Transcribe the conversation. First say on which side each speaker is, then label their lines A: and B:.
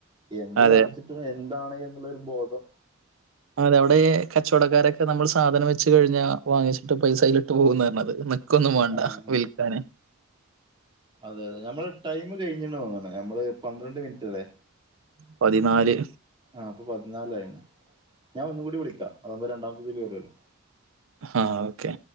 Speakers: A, on the right (about 25°); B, on the right (about 70°).
A: എന്ത്
B: അതെ
A: കാണിച്ചിട്ടും എന്താണ് എന്നുള്ളൊരു ബോധം
B: അതവിടെ കച്ചവടക്കാരൊക്കെ നമ്മൾ സാധനം വെച്ച് കഴിഞ്ഞാ വാങ്ങിച്ചിട്ട് പൈസ അയിലിട്ട് പോകുന്നാ പറഞ്ഞത് ഇക്കൊന്നും വേണ്ട
A: ആഹ്
B: വിൽക്കാന്
A: അതെ അതെ നമ്മള് ടൈം കഴിഞ്ഞിന്ന് തോന്നണ് നമ്മള് പന്ത്രണ്ട് മിനിറ്റ് അല്ലേ
B: പതിനാല്
A: ആഹ് അപ്പൊ പതിനാലായിണ് ഞാൻ ഒന്നൂടി വിളിക്കാം അതകുമ്പോ രണ്ടമത്തേതിൽ വരുമല്ലോ
B: ആഹ് ഓക്കെ